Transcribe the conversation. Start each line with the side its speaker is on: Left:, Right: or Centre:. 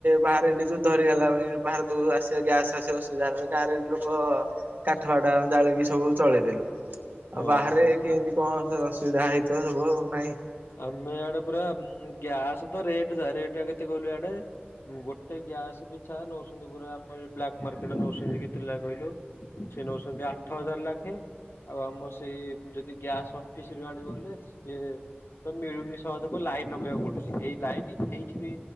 Right: ବାହାରେ ଏଠି ଯୁଦ୍ଧ ହେରିକା ହେଲା। ଭାରତକୁ ଆସିବା ଗ୍ୟାସ୍ ଆସିବା ଅସୁବିଧା ହେଲା ଗାଁରେ ଲୋ କ କାଠ ଫାଠ ଆମେ ଜଳିକି ସବୁ ଚଳେଇଦେଲୁ।
Left: ହଁ
Right: ଆଉ ବାହାରେ କେମିତି
Left: ଆଉ
Right: କଣ ଅସୁବିଧା ହେଇଥିବ ସବୁ ଆଉ ନାଇଁ।
Left: ଆମେ ଆଡେ ପୁରା ଗ୍ୟାସ୍ ତ ରେଟ୍ ଯାହା, ରେଟ୍ ଟା କେତେ କହିଲୁ ଇଆଡେ? ଗୋଟେ ଗ୍ୟାସ୍ ପିଛା ନଉଛନ୍ତି ପୁରା ଆମର ବ୍ଲାକ୍ ମାର୍କେଟରେ ନେଉଛନ୍ତି କେତେ ଲେଖା କହିଲୁ? ସେ ନଉଛନ୍ତି ଆଠ ହଜାର ଲାଖେ ଆଉ ଆମ ସେଇ ଯଦି ଗ୍ୟାସ୍ ଅଫିସିରୁ ଆଣିବଲେ ସିଏ ତ ମିଳୁନି ସହଜକୁ ଲାଇନ୍ ଲଗେଇବାକୁ ପଡୁଚି। ଏଇ ଲାଇନ ଏଇଠି ବି